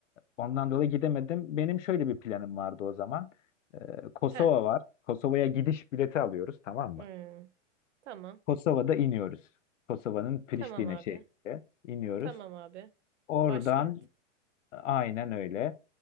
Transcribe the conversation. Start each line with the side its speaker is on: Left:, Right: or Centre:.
Left: ondan dolayı gidemedim. Benim şöyle bir planım vardı o zaman. Ee, Kosova
Right: Heh.
Left: var. Kosova'ya gidiş bileti alıyoruz tamam mı?
Right: Hmm. Tamam.
Left: Kosova'da iniyoruz. Kosova'nın Priştine
Right: Tamam abi.
Left: şehrinde iniyoruz.
Right: Tamam abi.
Left: Oradan
Right: Başkent.
Left: aynen öyle.